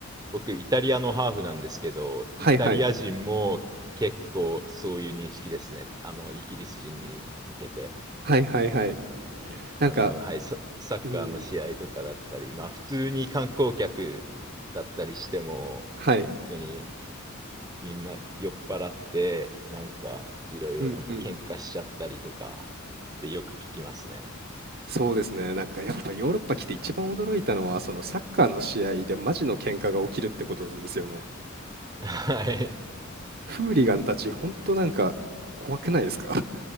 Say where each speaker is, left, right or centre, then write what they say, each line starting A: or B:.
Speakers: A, on the right; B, on the right.
A: 僕、イタリアのハーフなんですけど、
B: はいはい
A: イタリア人も結構そういう認識ですね。あの、イギリス人に向けて。
B: はいはいはいなんか
A: あの、はい、サ、サッカーの試合とかだったり、
B: うん
A: まあ普通に観光客だったりしても、
B: はい
A: 本当にみんな酔っ払って、なんかいろいろなんか喧嘩しちゃったりとかってよく聞きますね。
B: うんうんそうですね。なんかやっぱヨーロッパ来て一番驚いたのは、そのサッカーの試合でマジの喧嘩が起きるってことなんですよね。
A: <laughs> はい。
B: フーリガンたち、ほんとなんか怖くないですか